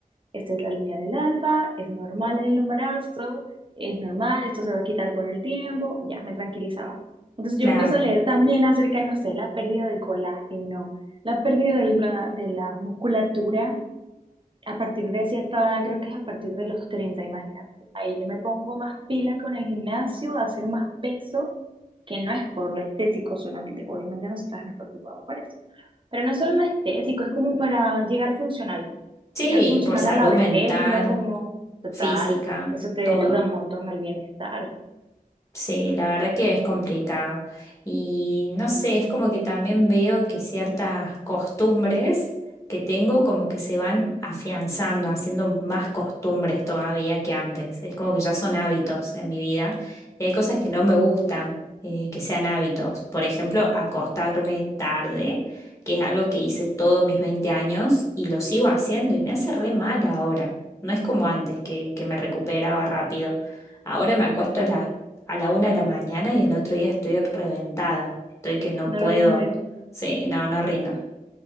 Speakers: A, on the right (about 35°); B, on the left (about 20°).
A: esta es la línea del alba, es normal en el embarazo, es normal, esto se va a quitar con el tiempo, ya me tranquilizaba. Entonces
B: claro.
A: yo empiezo a leer también acerca de, no sé, la pérdida del colágeno, la pérdida de la, de la musculatura a partir de cierta edad, creo que es a partir de los 30 imagínate. Ahí yo me pongo más pila con el gimnasio, a hacer más peso, que no es por lo estético solamente. Obviamente nosotras nos preocupamos por eso. Pero no solo lo estético, es como para llegar funcional.
B: Sí,
A: Llegar funcional
B: por salud
A: a la vejez
B: mental,
A: y no como total.
B: física,
A: Eso te
B: todo.
A: ayuda un montón al bienestar.
B: Sí, la verdad que es complicado. Y no sé, es como que también veo que ciertas costumbres que tengo como que se van afianzando, haciendo más costumbres todavía que antes. Es como que ya son hábitos en mi vida y hay cosas que
A: Mm.
B: no me gustan eh, que sean hábitos. Por ejemplo, acostarme tarde, que es algo que hice todos mis 20 años y lo sigo haciendo y me hace re mal ahora. No es como antes que, que me recuperaba rápido. Ahora me acuesto a las a la una de la mañana y el otro día estoy reventada. Estoy que no
A: No
B: puedo.
A: rindes.
B: Sí, no, no rindo.